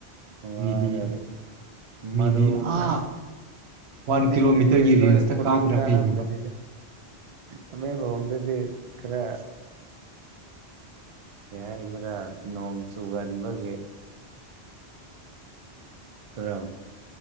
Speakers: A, on the right; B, on the right.
A: ꯋꯥꯗꯦ
B: ꯃꯤꯗꯤ ꯃꯤꯗꯤ
A: ꯃꯔꯔ
B: ꯑꯥ ꯋꯥꯟ
A: ꯑꯩꯒꯤꯗꯤ
B: ꯀꯤꯂꯣꯃꯤꯇꯔꯒꯤ
A: ꯂꯣꯏ
B: ꯔꯦꯟꯖꯇ
A: ꯀꯣꯂꯤꯡ
B: ꯀꯥꯞꯄꯤꯔꯛꯀꯩꯅꯦꯕ
A: ꯀꯥꯔꯝꯕꯗꯨꯗ ꯇꯃꯦꯡꯂꯣꯡꯗꯗꯤ ꯈꯔ ꯀꯩ ꯍꯥꯏꯗꯔꯥ ꯅꯣꯡ ꯆꯨꯒꯟꯕꯒꯤ ꯊꯔꯥ